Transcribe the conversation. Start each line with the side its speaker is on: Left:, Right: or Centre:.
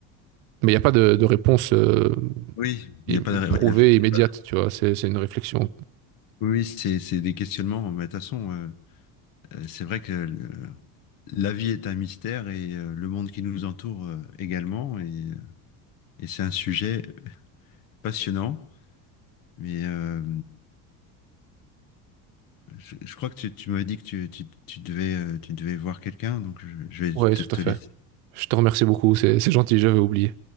Right: Mais il n'y a pas de, de réponse euh,
Left: Oui, il
Right: im-
Left: n'y a pas de. ré-
Right: prouvée
Left: Oui, il y a-
Right: et immédiate,
Left: il y a pas de-
Right: tu vois. C'est, c'est une réflexion.
Left: oui, oui, c'est c'est des questionnements. Mais de toute façon, euh, Euh, C'est vrai que euh, la vie est un mystère et euh, le monde qui nous entoure euh, également. Et, euh, et c'est un sujet passionnant. Mais euh, je, je crois que tu, tu m'avais dit que tu, tu- tu devais, euh, tu devais voir quelqu'un, donc je, je vais peut-être
Right: Ouais, tout
Left: te
Right: à fait.
Left: laisser
Right: Je te remercie beaucoup, c'est, c'est gentil, j'avais oublié.